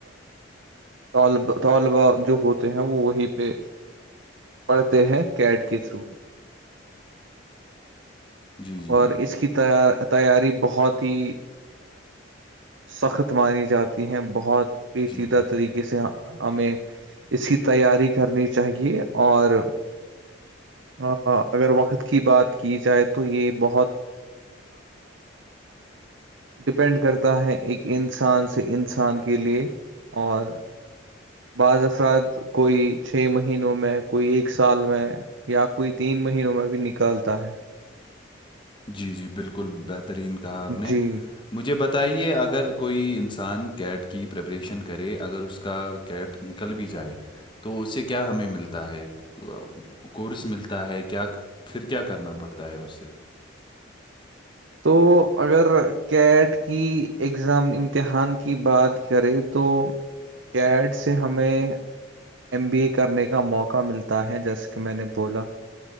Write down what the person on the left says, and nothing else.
جی جی
جی
جی
جی جی بالکل بہترین کہا آپ نے
مجھے بتائیے اگر کوئی انسان کیٹ کی پریپریشن کرے اگر اس کا کیٹ نکل بھی جائے تو اس سے کیا ہمیں ملتا ہے کورس ملتا ہے کیا پھر کیا کرنا پڑتا ہے اس سے